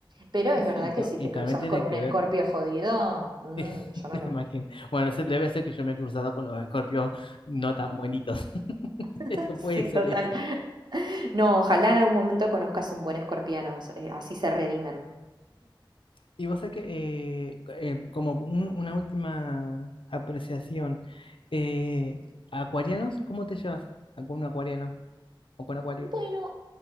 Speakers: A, on the right; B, on the left.
A: Pero
B: y
A: es
B: sí,
A: verdad
B: to-
A: que si
B: y
A: te
B: también
A: cruzas
B: tiene
A: con un
B: que
A: escorpio
B: ver,
A: jodido, mm,
B: <laughs>
A: yo no
B: me
A: lo...
B: imagino. Bueno, se- debe ser que yo me he cruzado con los Scorpios no tan bonitos, <laughs>
A: <laughs>
B: eso
A: Sí,
B: puede ser
A: total.
B: eso.
A: No, ojalá en algún momento conozcas un buen escorpiano, eh, así se redimen.
B: Y vos sabés que, eh, eh, como un- una última apreciación, eh, ¿acuarianos? ¿Cómo te llevas a- con un acuariano o con acuario?
A: Bueno,